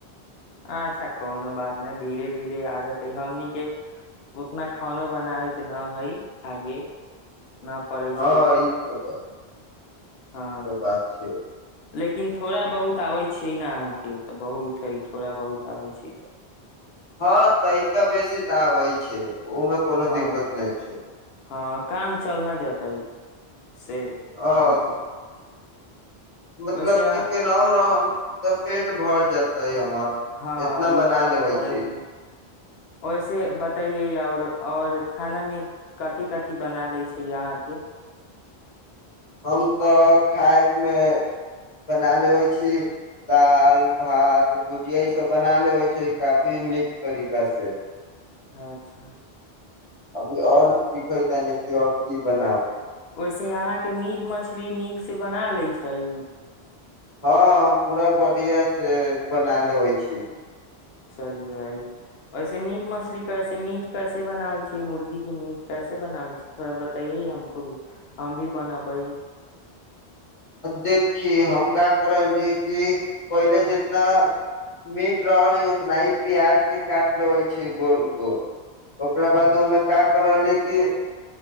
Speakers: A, on the left (about 70°); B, on the left (about 35°).
A: अच्छा कोनो बात नहि धीरे धीरे आ जेतै हमने उतना खानो बनाबे के न हइ आगे न पड़ै
B: हँ
A: छै
B: ई तऽ बर
A: हँ
B: तऽ बात छै
A: लेकिन थोड़ा बहुत आबै छियै ने अहाँके तऽ बहुत हइ थोड़ा बहुत आबै छी तऽ
B: हँ तैका बेसी तऽ आबै छै ओमे कोनो
A: हँ
B: दिक्कत नहि छै
A: हँ काम चल न जेतै से अहाँके
B: हँ मतलब
A: ओहिसे
B: कि केनाहु रहब तऽ पेट भर जेतै हमर
A: हँ
B: इतना
A: ई
B: बना
A: बात
B: लेबै
A: तऽ हइ
B: छी
A: वैसे बतैयै आओर आओर खानामे कथी कथी बना लै छै अहाँके
B: हम तऽ खायमे बना लेबै छी दालि भात भुजियासभ बना लेबै छी काफी नीक तरीकासँ
A: अच्छा
B: अभी आऔर सिखै त नस आऔर की बनाउ
A: ओहिसे अहाँके मीट मछली नीक से बना लैत छै
B: हँ पूरा बढ़िया से बना लेबै छी
A: चलिये वैसे मीट मछली कैसे मीट कैसे बनाबै छै मुर्गी के मीट कैसे बनाबै छी थोड़ा बतैये हमको भी हम भी बनबै
B: देखि हम क करी कि पहिले जितना मीट रहल है उतना ही प्याज के काट लेबै छी गोल गोल ओकरा
A: हँ
B: बाद ओहिमे का कर रहलीै कि